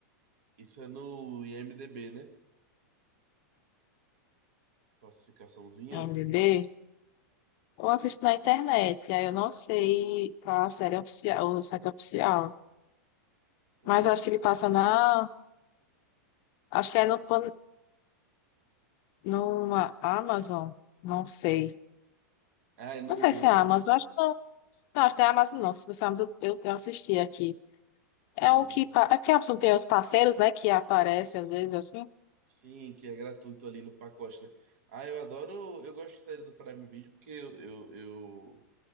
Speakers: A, on the right (about 60°); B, on the left (about 45°).
A: isso é no IMDb, né? Classificaçãozinha.
B: MDB, eu assisto na internet, aí eu não sei qual a série oficial, o site oficial.
A: Hum.
B: Mas eu acho que ele passa na. Acho que é no, Pan- numa Amazon. Não sei.
A: Ah, é no.
B: Não sei se é Amazon, acho que não. Não, acho que não é Amazon, não. Se você é Amazon, eu, eu assisti aqui. É
A: hum.
B: o que. pa- É porque a Amazon tem os parceiros, né? Que aparecem às vezes assim.
A: Sim, que é gratuito ali no pacote, né? Ah, eu adoro, eu gosto de série do Prime Video porque eu, eu, eu